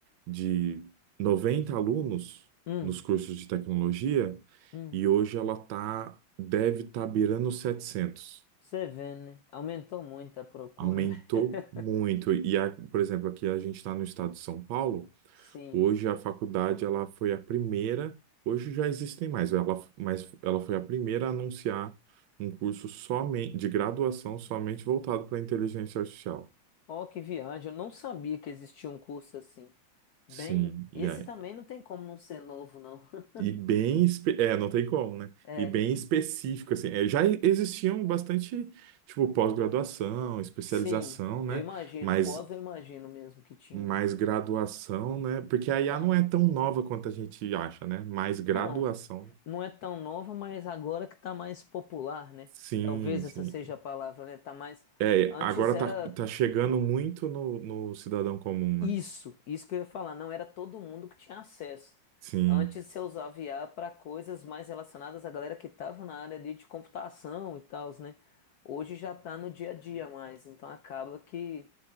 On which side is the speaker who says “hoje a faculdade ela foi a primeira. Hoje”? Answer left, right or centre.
Right